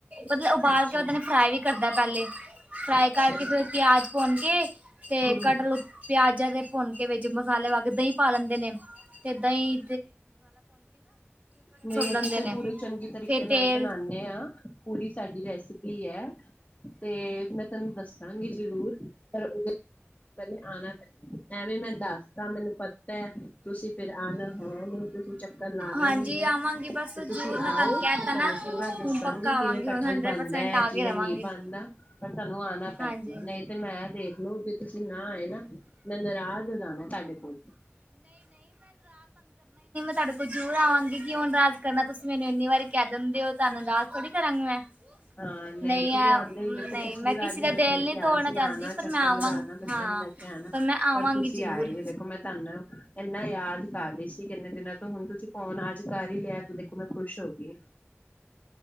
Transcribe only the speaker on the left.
ਅੱਛਾ
ਅੱਛਾ
ਹਮ
ਨਹੀਂ
ਅਸੀਂ ਤੇ
ਪੂਰੀ ਚੰਗੀ ਤਰੀਕੇ
ਨਾਲ ਬਣਾਣੇ ਆ। ਸਾਡੀ ਰੈਸਪੀ ਐ ਤੇ ਮੈਂ ਤੁਹਾਨੂੰ ਦੱਸਾਂਗੀ ਜਰੂਰ ਪਰ- ਪਹਿਲੇ ਆਣਾ ਪੈਣਾ ਐਵੇਂ ਮੈਂ ਦੱਸ ਤਾਂ ਮੈਨੂੰ ਪਤਾ ਤੁਸੀਂ ਫਿਰ ਆਣਾ ਹੈ ਨੀ ਕਲ ਆਣਾ
ਨੀ ਐ
ਤੇ
ਤੁਸੀਂ
ਆਓ
ਮੈਂ
ਤੁਹਾਨੂੰ
ਪੂਰਾ ਦੱਸਾਂਗੀ
ਕਿਵੇਂ
ਕਠਲ
ਬੰ
ਦੈ
ਕਿਵੇਂ
ਨਈ ਬਣਦਾ ਪਰ ਤੁਹਾਨੂੰ ਆਣਾ ਪੈ
ਨਈ ਤੇ ਮੈਂ ਦੇਖਲੋ ਜੇ ਤੁਸੀਂ ਨਾ ਆਏ ਨਾ ਮੈਂ ਨਾਰਾਜ਼ ਹੋ ਜਾਣਾ ਤੁਹਾਡੇ ਕੋਲ
ਹਾਂ ਨਈ
ਤੁਸੀਂ
ਆਂਦੇ ਹੀ ਦੇਖੋ
ਪਿਛਲੀ ਵਾਰ
ਵੀ
ਮੈਂ
ਤੈਨੂੰ
ਕਿਆ
ਸੀ
ਆਣਾ ਚੱਕਰ
ਲਗਾਣਾ ਬੱਚੇ-
ਚਿਆਂ ਨੂੰ ਲੈ ਕੇ ਆਣਾ
ਪਰ
ਤੁਸੀਂ
ਆਏ ਨੀ ਦੇਖੋ ਮੈਂ ਤੁਹਾਨੂੰ ਐਨਾ ਯਾਦ ਕਰ ਰੀ ਸੀ ਕਿੰਨੇ ਦਿਨਾਂ ਤੋਂ ਹੁਣ ਤੁਸੀਂ ਫੌਨ ਅੱਜ ਕਰ ਈ ਲਿਆ ਤੇ ਦੇਖੋ ਮੈਂ ਖੁਸ਼ ਹੋ ਗੀ।